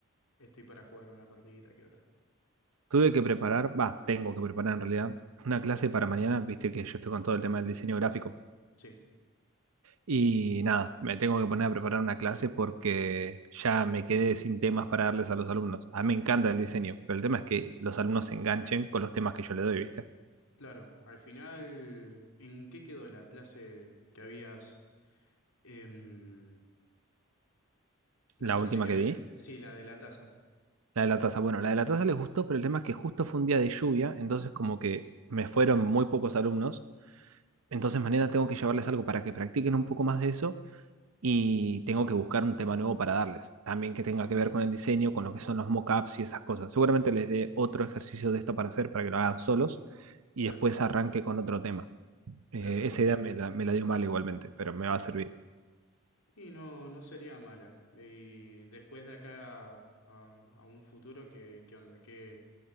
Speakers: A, on the left; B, on the right.
A: Estoy para jugar una partidita que otra.
B: Tuve que preparar, va, tengo que preparar en realidad, una clase para mañana, viste que yo estoy con todo el tema del diseño gráfico.
A: Sí,
B: Y nada, me tengo que poner a preparar una clase porque ya me quedé sin temas para darles a los alumnos. A mí me encanta el diseño, pero el tema es que los alumnos se enganchen con los temas que yo le doy, ¿viste?
A: claro. Al final, ¿en qué quedó la clase que habías... em, la
B: La
A: clase
B: última
A: que...
B: que
A: hab-
B: di,
A: Sí, la de la taza.
B: la de la taza. Bueno, la de la taza les gustó, pero el tema es que justo fue un día de lluvia, entonces como que me fueron muy pocos alumnos. Entonces mañana tengo que llevarles algo para que practiquen un poco más de eso y tengo que buscar un tema nuevo para darles, también que tenga que ver con el diseño, con lo que son los mockups y esas cosas. Seguramente les dé otro ejercicio de esto para hacer, para que lo hagan solos y
A: Claro,
B: después arranque con otro tema. Eh,
A: claro, claro.
B: esa idea me la, me la dio mal igualmente, pero me va a servir.
A: Y no, no sería mala. Y después de acá a, a un futuro, ¿qué, qué onda? ¿Qué,